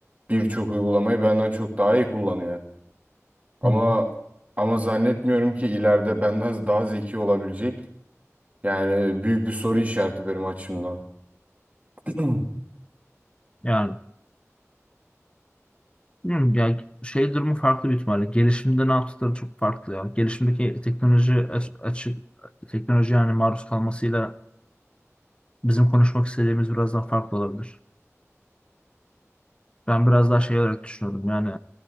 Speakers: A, on the right; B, on the left.
A: birçok uygulamayı benden çok daha iyi kullanıyor. Ama
B: Hı hı.
A: ama zannetmiyorum ki ileride benden daha zeki olabilecek. Yani büyük bir soru işareti benim açımdan. <clears throat>
B: Yani bilmiyorum ya şey durumu farklı bir ihtimalle. Gelişimde ne yaptıkları çok farklı ya. Gelişimdeki teknoloji aç- açık teknoloji yani maruz kalmasıyla bizim konuşmak istediğimiz biraz daha farklı olabilir. Ben biraz daha şey olarak düşünüyordum. Yani